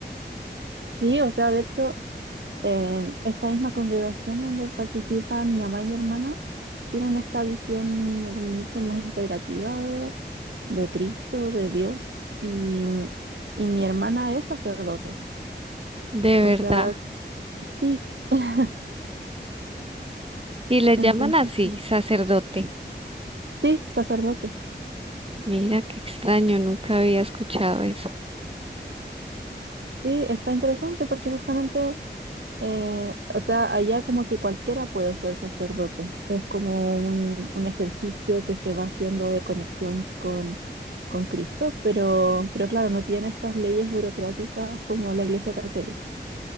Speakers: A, on the right; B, on the right.
A: Sí, o sea, de hecho... Eh, esta misma congregación donde participan mi mamá y mi hermana tienen esta visión como mucho más integrativa de, de Cristo, de Dios, y, y mi hermana es sacerdote.
B: De verdad.
A: O sea, sí, <laughs>
B: Y le
A: entonces,
B: llaman así, sacerdote.
A: sí, sacerdote.
B: Mira, qué extraño, nunca había escuchado eso.
A: Sí, está interesante porque justamente Eh, o sea, allá como que cualquiera puede ser sacerdote. Es como un, un ejercicio que se va haciendo de conexión con, con Cristo, pero, pero claro, no tiene estas leyes burocráticas como la Iglesia Católica.